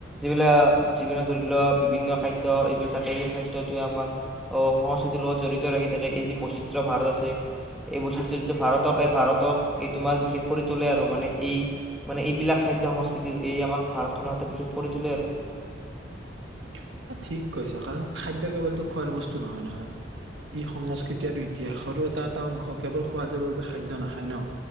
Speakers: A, in the centre; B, on the right (about 90°).
A: যিবিলাক যিবিলাক ধৰি লোৱা বিভিন্ন খাদ্য এইবিলাক থাকে এই খাদ্যটোৱে আমাক অহ সংস্কৃতিৰ লগত জড়িত ৰাখি থাকে। এই যি বৈচিত্ৰ ভাৰত আছে এই বৈচিত্ৰ যিটো ভাৰতক এই ভাৰতক এই তোমাৰ বিশেষ কৰি তোলে আৰু মানে এই মানে এইবিলাক খাদ্য সংস্কৃতি এই আমাক ভাৰতখনৰ এটা বিশেষ কৰি তোলে আৰু।
B: আহ ঠিক কৈছো, কাৰণ খাদ্য কেৱলতো খোৱাৰ বস্তু নহয় নহয় ই সংস্কৃতি আৰু ইতিহাসৰো এটা এটা অংশ কেৱল সোৱাদৰ বাবে খাদ্য নাখায় ন।